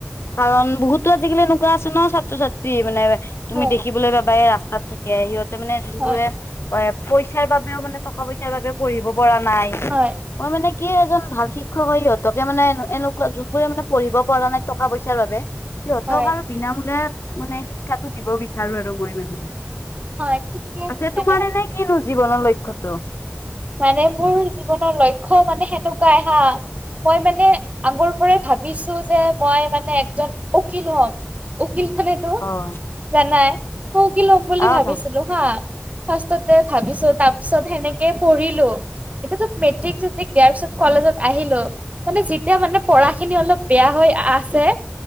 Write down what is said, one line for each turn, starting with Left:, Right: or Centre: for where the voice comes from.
Left: কাৰণ বহুতো আজিকালি এনেকুৱা আছে নহ ছাত্ৰ ছাত্ৰী, মানে। তুমি
Right: হয়
Left: দেখিবলৈ পাবা এই ৰাস্তাত থাকে, সিহঁতে মানে যোনবোৰে
Right: হয়
Left: এ পইচাৰ বাবেও মানে টকা পইচ সেইবাবে বাবে পঢ়িব পৰা নাই।
Right: হয়।
Left: মই মানে কি এজন ভাল শিক্ষক হৈ সিহঁতকে মানে এনে-এনেকুৱা যোনবোৰে মানে পঢ়িব পৰা নাই টকা পইচাৰ বাবে। সিহঁতক
Right: হয়
Left: আৰু বিনামূলীয়াত মানে শিক্ষাটো দিব বিচাৰোঁ আৰু মই মানে।
Right: হয় ঠিকে
Left: আছে,
Right: তেনে
Left: তোমাৰ এনে কিনো জীৱনৰ লক্ষ্যটো?
Right: মানে মোৰ জীৱনৰ লক্ষ্য মানে সেনেকুৱাই হা। মই মানে আগৰ পৰাই ভাবিছোঁ যে মই মানে একজন উকীল হ'ম। উকীল। <unintelligible>
Left: অ'।
Right: জানাই, মই উকীল হ'ম বুলি
Left: অ
Right: ভাবিছিলো।
Left: যা
Right: হা, ফাৰ্ষ্টতে ভাবিছোঁ, তাৰ পিছত সেনেকেই পঢ়িলোঁ। এতিয়াতো মেট্ৰিক-চেট্ৰিক দিয়াৰ পিছত কলেজত আহিলোঁ। মানে যেতিয়া মানে পঢ়াখিনি অলপ বেয়া হৈ আ-আছে।